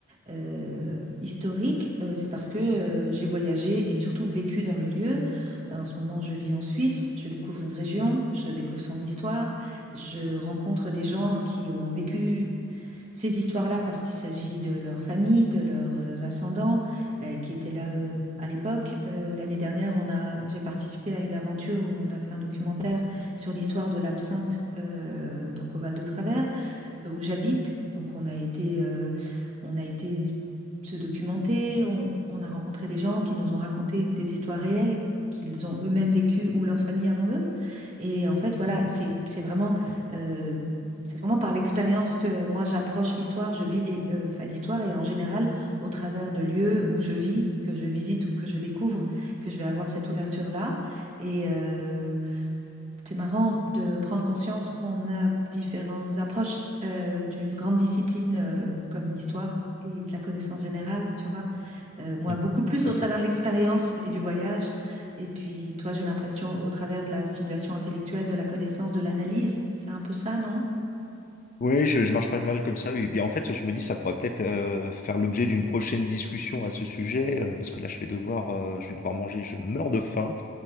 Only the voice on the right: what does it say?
euh, historiques, euh, c'est parce que euh, j'ai voyagé et surtout vécu dans le lieu. Euh, en ce moment, je vis en Suisse, je découvre une région, je découvre son histoire, je rencontre des gens qui ont vécu ces histoires-là parce qu'il s'agit de leur famille, de leurs euh, ascendants euh, qui étaient là euh, à l'époque. Euh, l'année dernière, on a, j'ai participé à une aventure où on a fait un documentaire sur l'histoire de l'absinthe euh, donc au Val de Travers euh, où j'habite. Donc on a été, euh, on a été se documenter, on, on a rencontré des gens qui nous ont raconté des histoires réelles qu'ils ont eux-mêmes vécues ou leur famille avant eux. Et en fait, voilà, c'est c'est vraiment, euh, c'est vraiment par l'expérience que moi j'approche l'histoire, je vis les, euh, enfin, l'histoire et en général au travers de lieux où je vis, que je visite ou que je découvre, que je vais avoir cette ouverture-là. Et euh, c'est marrant de prendre conscience qu'on a différentes approches euh, d'une grande discipline euh, comme l'histoire et de la connaissance générale, tu vois euh, moi,
beaucoup plus
au
travers
de l'expérience et du voyage. Et puis, toi, j'ai l'impression au travers de la stimulation intellectuelle, de la connaissance, de l'analyse. C'est un peu ça, non?